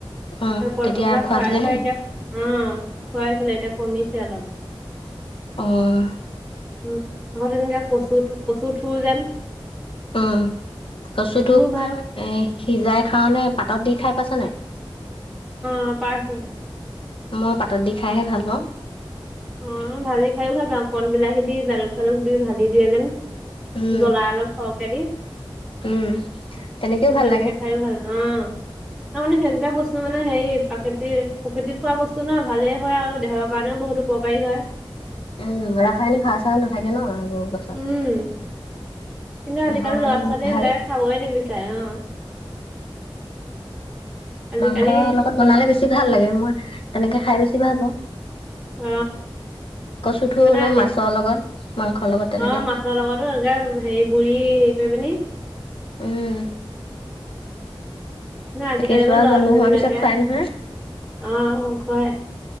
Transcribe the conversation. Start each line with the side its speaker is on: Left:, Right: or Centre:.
Left: অ
Centre: কলপচলা
Left: তেতিয়া খোৱাইছিলে
Centre: খুৱাই খুৱাই
Left: নে
Centre: এতিয়া উম, খুৱাই চে এতিয়া কমিছে অলপ।
Left: <unintelligible>
Centre: উম, আকৌ তেনেকে কচু কচুৰ ঠুৰ যেন।
Left: উম, কচুটো
Centre: সেইটোও ভাল
Left: এ সিজাই খায় নে পাতত দি খাই পাইছ নে নাই।
Centre: অ' পাইছোঁ।
Left: মই পাতত দি খাইহে ভাল পাওঁ।
Centre: উম, ভাজি খাইও ভাল পাওঁ কন বিলাহী দি জালুক চালুক দি ভাজি দিয়ে যেন।
Left: উম,
Centre: জলা অলপ সৰহকে দি
Left: উম, তেনেকেও ভাল
Centre: তেনেকে
Left: লাগে।
Centre: খাইো ভাল অ'। তাৰ মানে সেইকেইটা বস্তু মানে হেৰি প্ৰাকৃতিৰ প্ৰকৃতিত পোৱা বস্তু ন ভালেই হয় আৰু দেহৰ কাৰণেও বহুত উপ <unintelligible>
Left: উম, ৰাসায়নিক সাৰ চাৰ নাথাকে ন <unintelligible>
Centre: উম, কিন্তু আজিকালি
Left: দেহৰ কাৰণে
Centre: ল'ৰা
Left: বহুত
Centre: ছোৱালী
Left: ভাল।
Centre: এইবিলাকে খাবই নিবিচাৰে অ। আজিকালি
Left: মাংস লগত
Centre: ন-
Left: বনালে বেছি ভাল লাগে মই তেনেকে খাই বেছি ভাল পাওঁ।
Centre: অ
Left: কচুঠু
Centre: মানে
Left: বোলো
Centre: আজি
Left: মাছৰ লগত মাংসৰ লগত। তেনেকে।
Centre: অ মাছৰ লগতো এনেকা হেৰি গুৰি হেৰি কৰি পিনি।
Left: উম,
Centre: নাই আজি
Left: কেঁচুৱা
Centre: কালি বোলো ল'ৰা
Left: জন্ম
Centre: ছোৱালী
Left: হোৱাৰ
Centre: বিলাকে
Left: পিছত খুৱাই নহয়।
Centre: আহ কয়